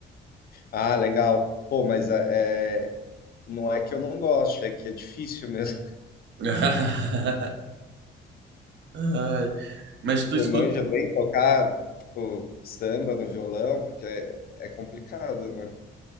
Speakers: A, on the left (about 50°); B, on the right (about 65°).
A: Ah, legal. Pô, mas é, é, não é que eu não gosto, é que é difícil mesmo.
B: <laughs> Ai, Mas
A: Você
B: tu escuta.
A: manja bem tocar, tipo, samba no violão? Porque é, é complicado, né?